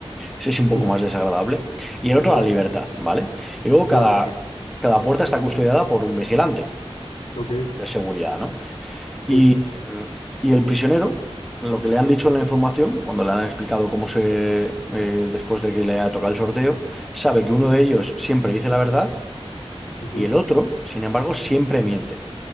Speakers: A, in the centre; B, on the left.
A: Ese es un poco
B: ujú,
A: más desagradable. Y el otro,
B: Ya,
A: la libertad, ¿vale? Y luego
B: ya,
A: cada,
B: perfecto.
A: cada puerta está custodiada por un vigilante
B: Ok,
A: de seguridad, ¿no? Y,
B: sí.
A: y el prisionero, lo que le han dicho en la información, cuando le han explicado cómo se, eh, después de que le ha tocado el sorteo, sabe que uno de ellos siempre dice la verdad
B: ujú,
A: y el otro, sin embargo, siempre miente,